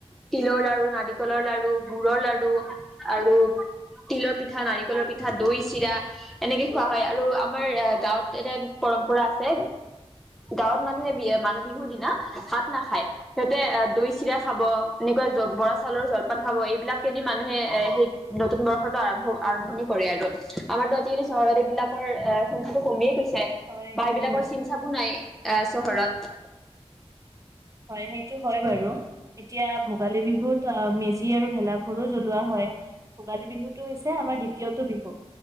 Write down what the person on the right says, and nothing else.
হয়
ঠিকে
কৈছা
সেই <inaudible> হয় বাৰু। এতিয়া ভোগালী বিহুত মেজি আৰু ভেলাঘৰো জ্বলোৱা হয়। ভোগালী বিহুতটো হৈছে আমাৰ দ্বিতীয়টো বিহু।